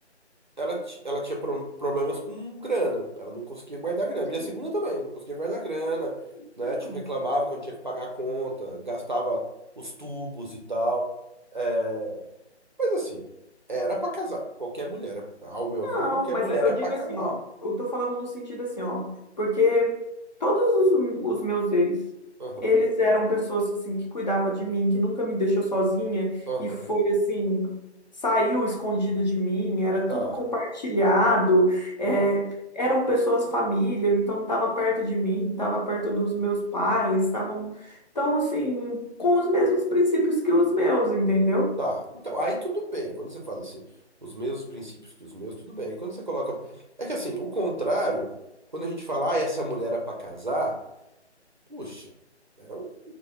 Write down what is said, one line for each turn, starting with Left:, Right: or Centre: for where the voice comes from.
Right: ela, ti- ela tinha pro- problemas com grana, ela não conseguia guardar grana. Minha
Left: Sim.
Right: segunda também, não conseguia guardar grana, né?
Left: Não.
Right: Tipo, reclamava quando tinha que pagar a conta, gastava os tubos e tal. É, mas assim, era pra casar. Qualquer mulher, ao meu
Left: Não,
Right: ver, qualquer
Left: mas
Right: mulher
Left: eu
Right: é pra
Left: digo
Right: casar.
Left: assim, ó, eu tô falando no sentido assim, ó, porque todos os, os meus ex,
Right: Aham,
Left: eles eram pessoas assim que cuidavam de mim, que nunca me deixou sozinha
Right: aham,
Left: e foi assim, saiu escondido de mim, era
Right: tá.
Left: tudo compartilhado, é,
Right: Uhum.
Left: eram pessoas família, então tava perto de mim, tava perto dos meus pais, estavam, então assim, com os mesmos princípios que os meus, entendeu?
Right: Tá, então, aí tudo bem. Quando você fala assim, os mesmos princípios que os meus, tudo bem. Aí quando você coloca. É que assim, o contrário, quando a gente fala, ah, essa mulher é pra casar, puxa, é um-